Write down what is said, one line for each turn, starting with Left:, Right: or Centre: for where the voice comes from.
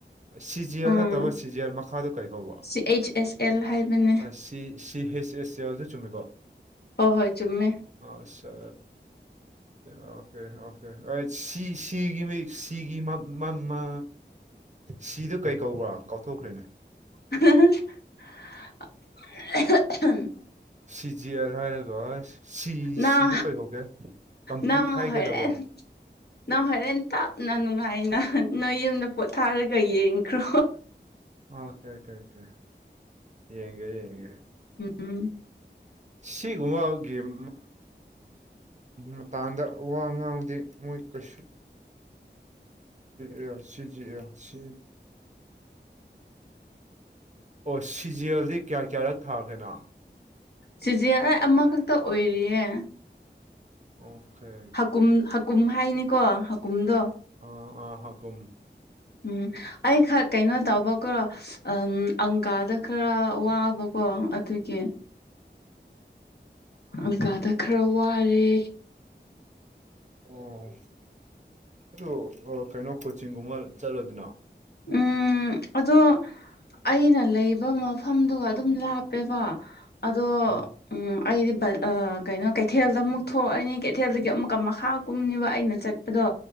Right: ꯁꯤꯖꯦꯜ
Left: ꯎꯝ
Right: ꯅꯠꯇꯕ ꯁꯤꯖꯦꯜ ꯃꯈꯥꯗ ꯀꯩꯀꯧꯕ
Left: ꯁꯤ ꯑꯩꯆ ꯑꯦꯁ ꯑꯦꯜ ꯍꯥꯏꯕꯅꯦ
Right: ꯑ ꯁꯤ ꯁꯤ ꯍꯩꯁ ꯑꯦꯁ ꯑꯦꯜꯗ ꯆꯨꯝꯃꯦꯀꯣ
Left: ꯍꯣꯏ ꯍꯣꯏ ꯆꯨꯝꯃꯦ
Right: ꯑ ꯁ ꯑꯣꯀꯦ ꯑꯣꯀꯦ ꯁꯤ ꯁꯤꯒꯤ ꯁꯤꯒꯤ ꯃꯃ ꯁꯤꯗ ꯀꯩ ꯀꯧꯕ꯭ꯔꯥ ꯀꯥꯎꯊꯣꯛꯈ꯭ꯔꯦꯅꯦ
Left: <unintelligible>
Right: ꯁꯤ ꯖꯤ ꯑꯦꯜ ꯍꯥꯏꯔꯒ ꯁꯤꯁꯤꯗꯨ
Left: ꯅꯪ
Right: ꯀꯩꯀꯧꯒꯦ ꯀꯝꯄ꯭ꯂꯤꯠ
Left: ꯅꯪ
Right: ꯍꯥꯏꯒꯗꯕ꯭ꯔꯣ꯫
Left: ꯍꯣꯔꯦꯟ ꯅꯪ ꯍꯣꯔꯦꯟ ꯇꯞꯅ ꯅꯨꯡꯉꯥꯏꯅ ꯅꯣꯏ ꯌꯦꯝꯗ ꯄꯣꯊꯥꯔꯒ ꯌꯦꯡꯈ꯭ꯔꯣ
Right: ꯑꯣꯀꯦ ꯑꯣꯀꯦ ꯑꯣꯀꯦ ꯌꯦꯡꯒꯦ ꯌꯦꯡꯒꯦ
Left: ꯎꯝ
Right: ꯁꯤꯒꯨꯝꯕꯒꯤꯡ ꯃꯇꯥꯡꯗꯋꯥ ꯉꯥꯡꯗꯤ ꯃꯣꯏ ꯀ ꯑꯣ ꯁꯤꯖꯤ ꯁꯤꯖꯤ ꯑ ꯁꯤ ꯑꯣ ꯁꯤꯖꯦꯜꯗꯤ ꯀꯌꯥ ꯀꯌꯥꯔꯛ ꯊꯥꯈꯦꯅꯣ
Left: ꯆꯤꯖꯦꯜꯥꯏ ꯑꯃꯈꯛꯇ ꯑꯣꯏꯔꯤꯌꯦ
Right: ꯑꯣꯀꯦ
Left: ꯍꯨꯝ ꯍꯀꯨꯝ ꯍꯥꯏꯅꯤꯀꯣ ꯍꯀꯨꯝꯗꯣ
Right: ꯑꯥ ꯑꯥ ꯍꯥꯀꯨꯝ
Left: ꯎꯝ ꯑꯩ ꯈ ꯀꯩꯅꯣ ꯇꯧꯕꯀꯣ ꯎꯝ ꯑꯪꯀꯥꯗ ꯈꯔ ꯋꯥꯕꯀꯣ ꯑꯗꯨꯒꯤ ꯑꯜꯀꯥꯗ ꯈꯔ ꯋꯥꯔꯦ
Right: ꯑꯣ ꯑꯗꯨ ꯀꯩꯅꯣ ꯀꯣꯆꯤꯡꯒꯨꯝꯕ ꯆꯠꯂꯣꯏꯗꯅꯣ
Left: ꯎꯝ ꯑꯗꯣ ꯑꯩꯅ ꯂꯩꯕ ꯃꯐꯝꯗꯨꯒ ꯑꯗꯨꯝ ꯂꯥꯞꯄꯦꯕ ꯑꯗꯣ
Right: ꯑꯥ
Left: ꯑꯩꯗꯤ ꯀꯩꯅꯣ ꯀꯩꯊꯦꯜꯗ ꯑꯃꯨꯛ ꯊꯣꯛꯑꯅꯤ ꯀꯩꯊꯦꯜꯗꯒꯤ ꯑꯃꯨꯛꯀ ꯃꯈꯥ ꯀꯨꯝꯅꯤꯕ ꯑꯩꯅ ꯆꯠ ꯑꯗꯣ